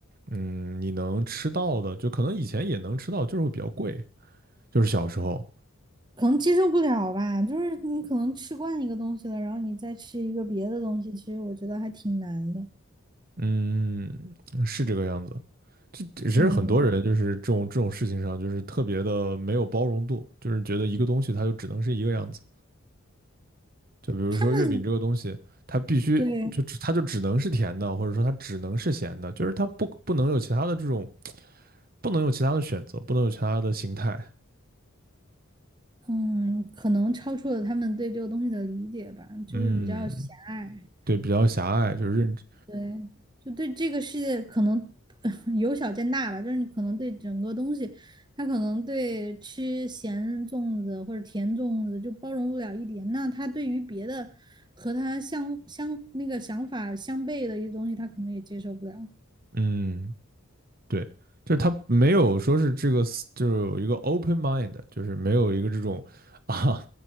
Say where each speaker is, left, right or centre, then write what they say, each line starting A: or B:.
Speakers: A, on the right (about 45°); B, on the right (about 20°).
A: 嗯你能吃到的，就可能以前也能吃到，就是会比较贵，就是小时候，
B: 可能接受不了吧。就是你可能吃惯一个东西了，然后你再吃一个别的东西，其实我觉得还挺难的。
A: 嗯，是这个样子。这其实很多人就是这种这种事情上，
B: 嗯，
A: 就是特别的没有包容度，就是觉得一个东西它就只能是一个样子。就比如说月饼这个东西，
B: 他们
A: 它必须就只它就只能是甜的，
B: 对。
A: 或者说它只能是咸的，就是它不不能有其他的这种，不能有其他的选择，不能有其他的形态。
B: 嗯，可能超出了他们对这个东西的理解吧，就是比较狭隘，
A: 嗯，对，比较狭隘，就是认知，
B: 对，就对这个世界可能 <laughs> 由小见大吧，就是你可能对整个东西，他可能对吃咸粽子或者甜粽子就包容不了一点，那他对于别的和他相相那个想法相悖的一些东西，他可能也接受不了。
A: 嗯，对，就是它没有说是这个，就是有一个 open mind，就是没有一个这种 <laughs> 啊